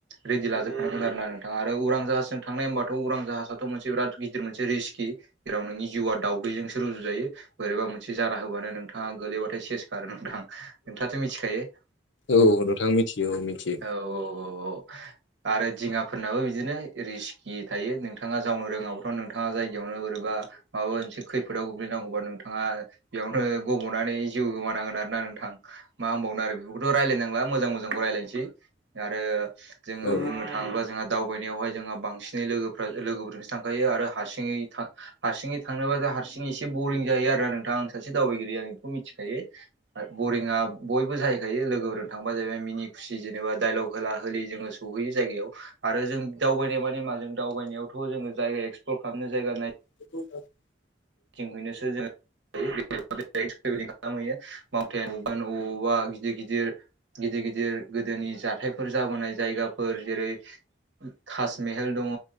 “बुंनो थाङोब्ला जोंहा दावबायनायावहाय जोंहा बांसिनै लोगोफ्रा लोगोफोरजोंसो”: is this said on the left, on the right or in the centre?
Right